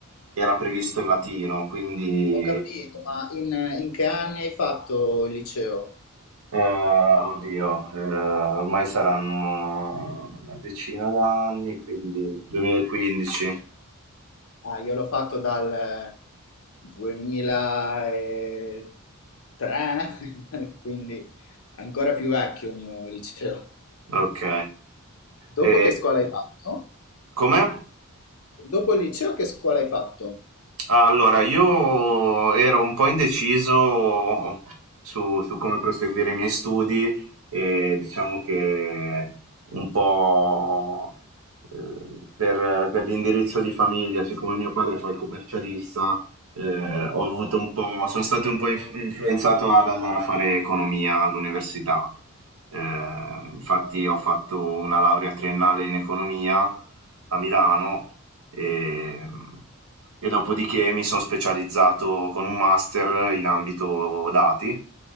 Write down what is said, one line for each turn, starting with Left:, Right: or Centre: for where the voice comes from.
Right: era previsto il latino, quindi
Left: Ho capito, ma in, in che anni hai fatto il liceo?
Right: eh, oddio, eh, ormai saranno una decina d'anni, quindi 2015.
Left: Ah, io l'ho fatto dal 2003, <laughs> quindi ancora più vecchio il mio liceo.
Right: Ok.
Left: Dopo
Right: E,
Left: che scuola hai fatto?
Right: com'è?
Left: Dopo il liceo che scuola hai fatto?
Right: Allora, io ero un po' indeciso su, su come proseguire i miei studi e diciamo che un po' eh, per, per l'indirizzo di famiglia, siccome mio padre fa il commercialista, eh, ho avuto un po', sono stato un po' inf- influenzato ad andare a fare economia all'università. Eh, infatti ho fatto una laurea triennale in economia a Milano e, e dopodiché mi sono specializzato con un master in ambito dati,